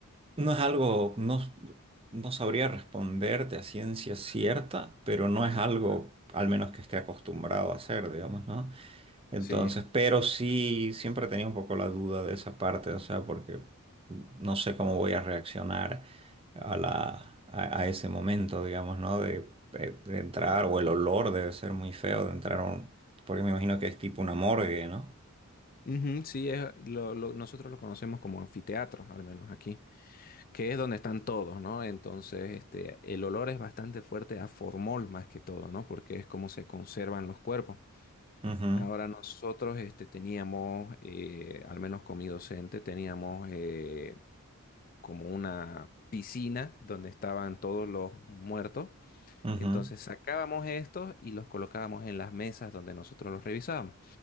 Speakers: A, on the right; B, on the left.
A: no es algo, no, no sabría responderte a ciencia cierta, pero no es algo,
B: Ajá.
A: al menos que esté acostumbrado a hacer, digamos, ¿no? Entonces,
B: Sí.
A: pero sí, siempre tenía un poco la duda de esa parte, o sea, porque no sé cómo voy a reaccionar a la, a, a ese momento, digamos, ¿no? De, de- de entrar, o el olor debe ser muy feo de entrar a un, porque me imagino que es tipo una morgue, ¿no?
B: Ujú, sí, es, lo- lo- nosotros lo conocemos como anfiteatro, al menos aquí. que es donde están todos, ¿no? Entonces, este, el olor es bastante fuerte a formol más que todo, ¿no? Porque es como se conservan los cuerpos.
A: Ujú,
B: Ahora nosotros, este, teníamos, eh, al menos con mi docente, teníamos eh, como una piscina donde estaban todos los muertos.
A: ujú.
B: Entonces sacábamos estos y los colocábamos en las mesas donde nosotros los revisábamos.